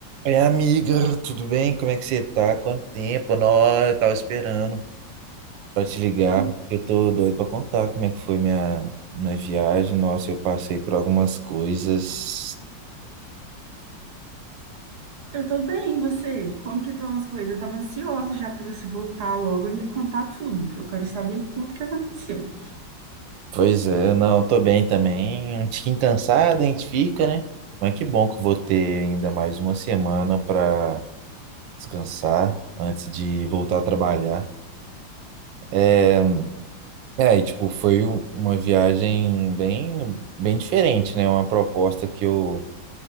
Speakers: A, on the right; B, on the right.
A: Oi, amiga, tudo bem? Como é que você tá? Quanto tempo? Nossa, eu tava esperando pra te ligar.
B: Tô-
A: Eu tô doido pra contar como é que foi minha, minha viagem. Nossa, eu passei por algumas coisas.
B: eu tô bem, e você? Como que estão as coisas? Eu tava ansiosa já para você voltar logo e me contar tudo. Eu quero saber tudo que aconteceu.
A: Pois é, não, tô bem também. Um tiquinho cansado, a gente fica, né? Mas que bom que eu vou ter ainda mais uma semana pra descansar antes de voltar a trabalhar. É, é, e tipo, foi um- uma viagem bem, bem diferente, né? Uma proposta que eu